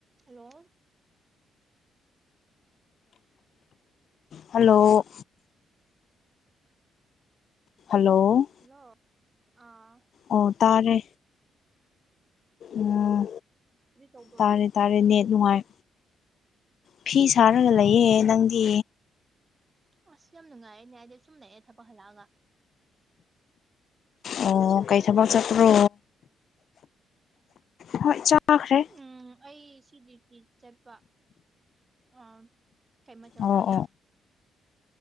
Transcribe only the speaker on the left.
Hello hello
ꯑꯣ ꯇꯥꯔꯦ ꯎꯝ
ꯇꯥꯔꯦ ꯇꯥꯔꯦ ꯅꯦꯠ ꯅꯨꯡꯉꯥꯏ ꯐꯤ ꯁꯥꯔꯒ
ꯂꯩꯌꯦ ꯅꯪꯗꯤ
ꯑꯣ
ꯀꯩ ꯊꯕꯛ ꯆꯠꯄ꯭ꯔꯣ ꯍꯣꯏ ꯆꯥꯈ꯭ꯔꯦ
ꯑꯣ ꯑꯣ